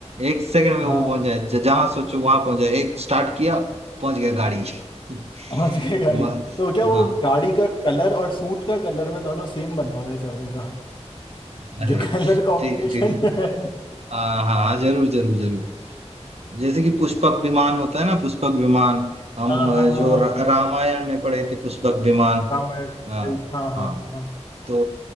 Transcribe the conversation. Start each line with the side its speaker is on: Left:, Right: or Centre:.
Right: एक सेकंड में वो
Left: हाँ
Right: पहुंच जाए ज- जहाँ सोचो वहां पहुंच जाए एक स्टार्ट किया पहुंच गया गाड़ी <laughs>
Left: समझ गए गाड़ी
Right: म,
Left: तो क्या वो
Right: हाँ
Left: गाड़ी का कलर और सूट का कलर मैं दोनों सेम बनवाना चाहूंगा
Right: अरे
Left: जो कलर कॉम्बिनेशन
Right: ठीक ठीक
Left: है।
Right: हाँ हाँ जरूर जरूर जरूर जैसे कि पुष्पक विमान होता है ना पुष्पक विमान हम
Left: हाँ हाँ
Right: अ,
Left: हाँ
Right: जो र-
Left: हाँ
Right: रामायण में पढ़े थे पुष्पक विमान
Left: हाँ मैं राइट
Right: हाँ
Left: हाँ
Right: हाँ
Left: हाँ हाँ
Right: तो